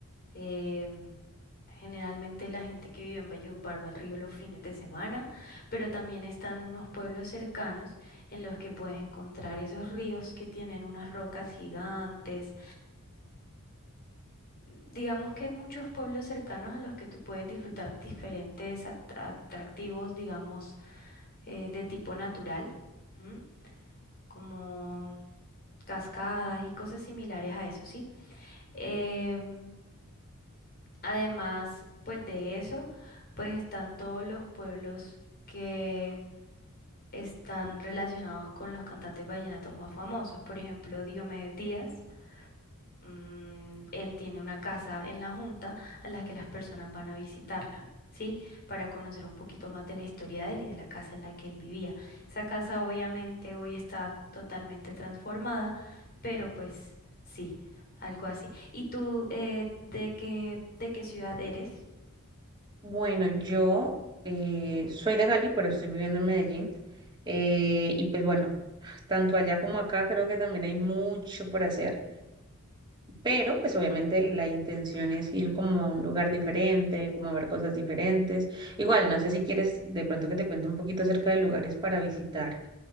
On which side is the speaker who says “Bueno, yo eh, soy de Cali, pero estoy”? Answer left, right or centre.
Right